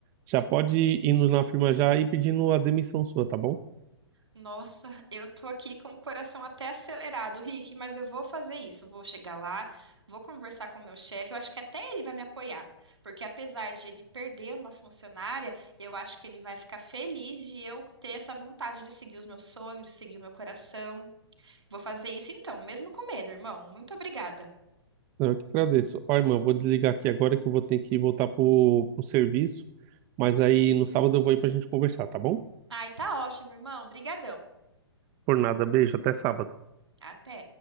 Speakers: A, on the right; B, on the right.
A: Já pode ir indo na firma já e pedindo a demissão sua, tá bom?
B: Nossa, eu tô aqui com o coração até acelerado, Rick, mas eu vou fazer isso. Vou chegar lá, vou conversar com o meu chefe. Eu acho que até ele vai me apoiar, porque apesar de ele perder uma funcionária, eu acho que ele vai ficar feliz de eu ter essa vontade de seguir os meus sonhos, de seguir o meu coração. Vou fazer isso então, mesmo com medo, irmão. Muito obrigada.
A: Não, eu que agradeço. Ó, irmã, eu vou desligar aqui agora que eu vou ter que voltar pro, pro serviço, mas aí no sábado eu vou aí para a gente conversar, tá bom?
B: Ai, tá ótimo, irmão. Brigadão.
A: Por nada, beijo, até sábado.
B: Até.